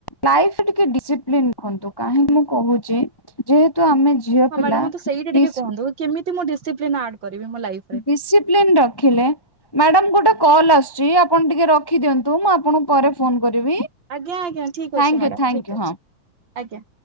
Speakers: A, on the left; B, on the right.
A: ଲାଇଫ୍ ରେ ଟିକେ ଡିସିପ୍ଲିନ <unintelligible> ନ୍ତୁ, କାହିଁ ମୁଁ କହୁଛି ଯେହେତୁ ଆମେ ଝିଅ
B: ହଁ
A: ପିଲା
B: ମ୍ୟାଡ଼ାମ ମତେ ସେଇଟା
A: ଡିସି
B: ଟିକେ କୁହନ୍ତୁ, କେମିତି ମୁଁ ଡିସିପ୍ଲିନ୍ ଆଡ କରିବି ମୋ ଲାଇଫ୍
A: ଡିସିପ୍ଲିନ ରଖିଲେ ମ୍ୟାଡାମ ଗୋଟେ କଲ୍ ଆସୁଛି, ଆପଣ ଟିକେ ରଖିଦିଅନ୍ତୁ ମୁଁ ଆପଣଙ୍କୁ ପରେ ଫୋନ କରିବି।
B: ଆଜ୍ଞା ଆଜ୍ଞା, ଠିକ୍
A: ଥ୍ୟାଙ୍କୟୁ
B: ଅଛି ମ୍ୟାଡ଼ାମ୍
A: ଥ୍ୟାଙ୍କୟୁ
B: ଠିକ୍ ଅଛି,
A: ହଁ।
B: ଆଜ୍ଞା।